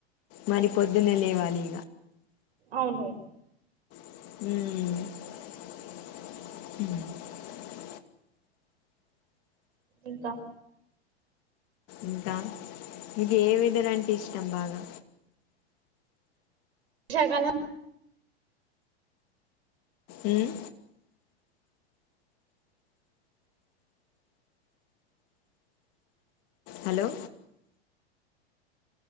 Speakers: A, on the left (about 45°); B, on the right (about 70°).
A: మరి పొద్దున్న లేవాలి ఇగ
B: అవును
A: మ్మ్
B: ఇంకా
A: ఇంకా మీకు ఏ వెదర్ అంటే ఇష్టం బాగా
B: ర్షాకాలం
A: మ్మ్ హలో